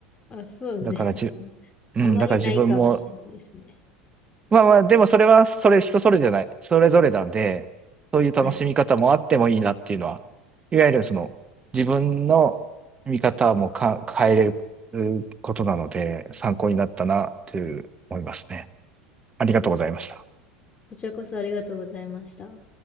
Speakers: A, on the left; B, on the right.
A: あ、そうですね。
B: だから自うん、
A: あまりないかもしれないですね。
B: だから自分も、まあまあ、でもそれは、それ人それじゃない、それぞれなんで、そういう楽しみ方もあってもいいなっていうのは、
A: はい。
B: いわゆるその、自分の見方もか変えれるうことなので、参考になったなっていう思いますね。ありがとうございました。
A: こちらこそありがとうございました。